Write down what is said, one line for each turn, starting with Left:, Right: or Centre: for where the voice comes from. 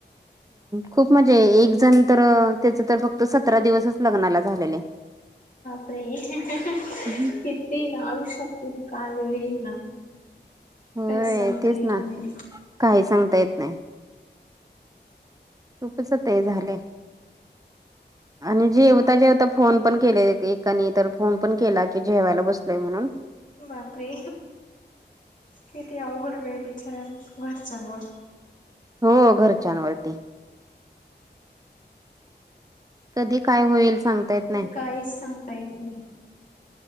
Right: खूप म्हणजे एक जण तर त्याच तर फक्त सतरा दिवसच लग्नाला झालेले.
Left: अपे
Right: हम्म.
Left: ते ना आयुष्यात करी काय वेळ येईल ना
Right: होय
Left: काहीच सांगता
Right: तेच
Left: येत
Right: ना
Left: नाही.
Right: काही सांगता येत नाही. खूपच ते झालंय आणि जे ता ज आता फोन पण केले एकानी तर फोन पण केला की जेवायला बसलोय म्हणून
Left: बापरे किती अवघड वेळ बिचार घरच्यानवर
Right: हो घरच्यांवरती कधी काय होईल सांगता येत नाही.
Left: काहीच सांगता येत नाही.